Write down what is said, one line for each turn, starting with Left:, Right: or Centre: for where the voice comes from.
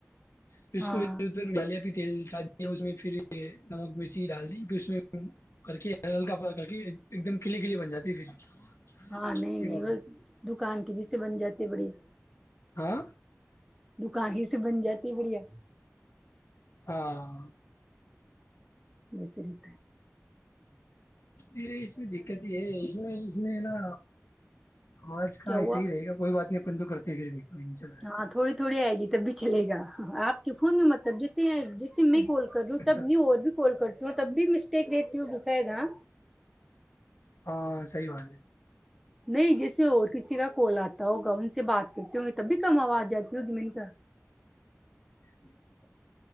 Left: پھر اس
Centre: ہاں
Left: کوالیا پ تیل چاہی ہے اس میں پھر نمک چی ڈال دی پھر اس میں کر کے ہلکا پا کر کے ایک دم کلے کلیے بن جاتی ہے پھر
Centre: ہاں نہیں
Left: اچھی
Centre: نہیں
Left: والے
Centre: بس دکان کے جس سے بن جاتے بڑے
Left: ہاں
Centre: دکان ہی سے بن جاتی ہے بڑھیا
Left: ہاں
Centre: بسریت
Left: نہیںے اس میں دقت یہ ہے اس میں اس میں نا آوج کا
Centre: کیا
Left: ایسح
Centre: ہوا
Left: ہی رہے گا کوئی بات نہیں اپن تو کرتے پھر بھی کوئی نہیں چل رہا ہے
Centre: ہاں تھوڑی تھوڑی آئے گی تب بھی چلے گا آپ کے فون میں مطلب جیسے جیسے میں
Left: ہاں
Centre: کال کر رہی ہوں
Left: اچھا
Centre: تب نہیں اور بھی کال کرتی ہوں تب بھی بیک رہےتیو بسائےدا
Left: ہاں صحی بات ہے
Centre: نہیں جیسے اور کسی کا کال آتا ہوگا ان سے بات کرتے ہوں تب بھی کم آواز جاتی ہوگی م نے کہا
Left: جی ج